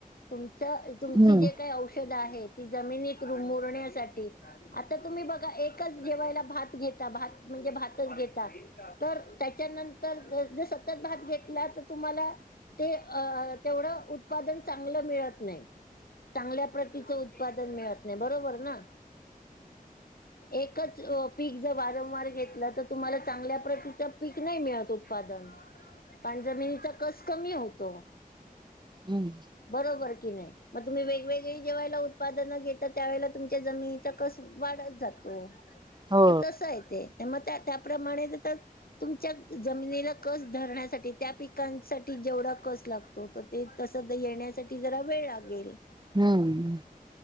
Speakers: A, on the left (about 75°); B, on the right (about 30°).
A: तुमचं तुमची
B: हम्म
A: जे काही औषधं आहेत ती जमिनीत मोरण्यासाठी. आता तुम्ही बघा एकच जेवायला भात घेता भात म्हणजे भातच घेता तर त्याच्यानंतर जर सतत भात घेतला तर तुम्हाला ते अ तेवढ उत्पादन चांगल मिळत नाही. चांगल्या प्रतीच उत्पादन मिळत नाही, बरोबर ना? एकच पीक जर वारंवार घेतलं तर, तुम्हाला चांगल्या प्रकारच पीक नाही मिळत उत्पादन, कारण जमिनीचा कस कमी होतो.
B: हम्म.
A: बरोबर की नाही, मग तुम्ही वेगवेगळी जेवायला उत्पादन घेता, त्यावेेळेला तुमच्या जमिनीचा कस वाढत जातो,
B: हो
A: तर तसं आहे ते. मग त्या त्याप्रमाणे देतात तुमच्यात जमिनीला कस धरण्यासाठी, त्या पिकांसाठी जेवढा कस लागतो ते तस तर येण्यासाठी जरा वेळ लागेल.
B: हम्म,